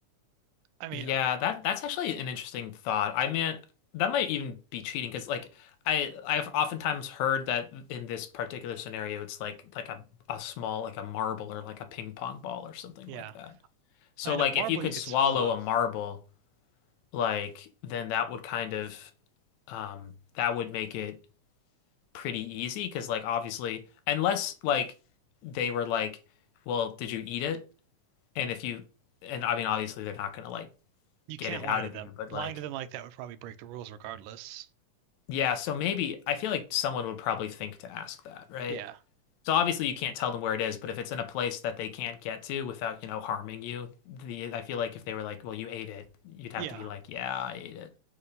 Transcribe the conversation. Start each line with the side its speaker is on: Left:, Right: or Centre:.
Right: I mean,
Left: Yeah, that that's actually an interesting thought. I mean, that might even be cheating because like I I've oftentimes heard that in this particular scenario it's like like a a small like a marble or like a ping pong ball or something
Right: yeah.
Left: like that. So
Right: I mean,
Left: like
Right: a marble
Left: if you could
Right: you could
Left: swallow
Right: swallow.
Left: a marble, like then that would kind of um that would make it pretty easy because like obviously unless like they were like, well, did you eat it? And if you and I mean obviously they're not gonna like
Right: You
Left: get
Right: can't
Left: it
Right: lie
Left: out
Right: to
Left: of
Right: them.
Left: you, but
Right: Lying
Left: like
Right: to them like that would probably break the rules regardless.
Left: Yeah, so maybe I feel like someone would probably think to ask that, right?
Right: Yeah.
Left: So obviously you can't tell them where it is, but if it's in a place that they can't get to without, you know, harming you, the I feel like if they were like, "Well, you ate it," you'd have
Right: Yeah.
Left: to be like, "Yeah, I ate it."